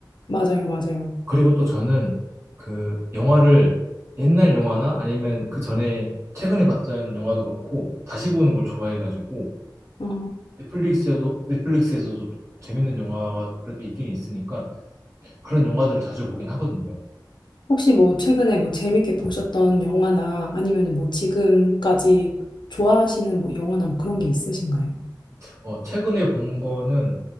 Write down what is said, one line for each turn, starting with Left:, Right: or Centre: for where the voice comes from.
Left: 맞아요. 맞아요.
Right: 그리고 또 저는 그 영화를 옛날 영화나 아니면 그 전에 최근에 봤던 영화도 그렇고 다시 보는 걸 좋아해가지고
Left: 아.
Right: 넷플릭스에도 넷플릭스에서도 좀 재밌는 영화가 그래도 있긴 있으니까 그런 영화들을 자주 보긴 하거든요.
Left: 혹시 뭐 최근에 뭐 재밌게 보셨던 영화나 아니면 뭐 지금까지 좋아하시는 뭐 영화나 뭐 그런 게 있으신가요?
Right: 어, 최근에 본 거는